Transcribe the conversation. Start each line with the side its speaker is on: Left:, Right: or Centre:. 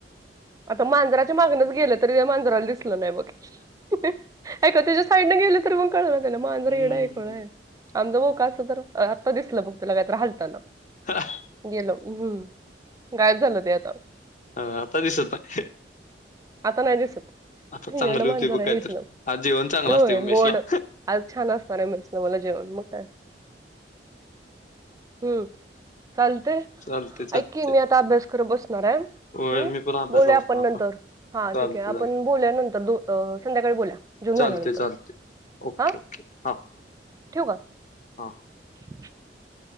Right: आता मांजराच्या मागनच गेलं तरी त्या मांजराला दिसलं नाही बघ. हायका तेच्या साईडन गेलं तर पण कळना त्याला मांजर
Left: हम्म.
Right: येडं आहे खूळ आहे आमच बो का असता तर आत्ता दिसलं बघ त्याला कायतर हलताणा.
Left: हा
Right: गेलो उम्म हुं गायब झालं ते आता.
Left: हा आता दिसत नाही
Right: आता नाही दिसत.
Left: आता चांगली
Right: येडं
Left: होतं
Right: मांजर
Left: बघ
Right: आहे
Left: कायतर
Right: इथलं.
Left: आज जेवण चांगलं
Right: होय
Left: असतय बघ मेसला.
Right: गोड. आज छान असणार आहे मेसला मला जेवण म काय. हम्म चालतंय
Left: चालते चालते
Right: ऐक की मी आता अभ्यास करं बसणार आहे.
Left: होय
Right: हम्म
Left: मी पण अभ्यासाला
Right: बोलूया
Left: बसणार
Right: आपण
Left: आता
Right: नंतर हा
Left: चालते
Right: ठीक आहे आपण
Left: चालते.
Right: बोलूया नंतर दो अ संध्याकाळी बोलूया. जेवून
Left: चालते
Right: झाल्यानंतर.
Left: चालते ओके
Right: हा?
Left: ओके हा
Right: ठेवू का?
Left: हा.
Right: <unintelligible>